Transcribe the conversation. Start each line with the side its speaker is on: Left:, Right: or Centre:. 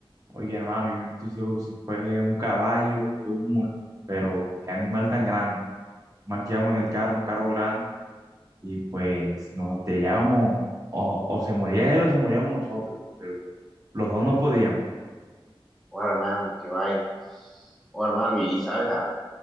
Right: Oye, hermano, yo no estoy seguro si fue un caballo o fue un mulo, pero qué animal tan grande. mal Marqueamos en el carro, un carro grande, y pues si nos estrellábamos, o, o se moría él o se moríamos nosotros, pero los dos no podíamos.
Centre: Oh, hermano, qué vaina. Oh, hermano, y, y sabes algo,